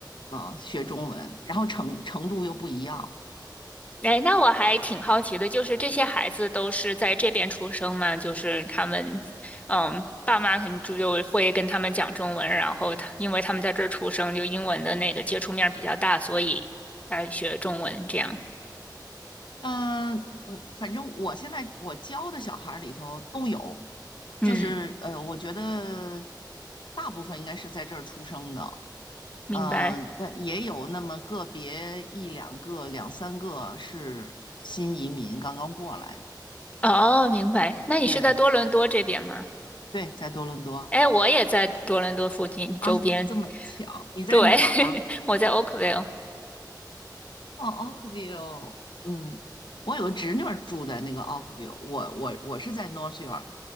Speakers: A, on the left (about 85°); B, on the left (about 20°).
A: 啊，学中文，然后程程度又不一样，
B: 哎，那我还挺好奇的，就是这些孩子都是在这边出生吗？就是他们，嗯，爸妈肯定就会跟他们讲中文，然后他因为他们在这儿出生，就英文的那个接触面儿比较大，所以来学中文这样。
A: 嗯，我反正我现在我教的小孩儿里头都有，
B: 嗯，
A: 就是呃，我觉得大部分应该是在这儿出生的，
B: 明白。
A: 呃，那也有那么个别一两个、两三个是新移民刚刚过来的，
B: 哦，明白。那你是在多伦多这边吗？
A: 对对，在多伦多
B: 哎，我也在多伦多附近周边，
A: 啊，这么巧，你在哪儿啊？
B: 对，<laughs> 我在 Oakville。
A: 哦，Oakville，嗯，我有个侄女儿住在那个 Oakville，我我我是在 North York，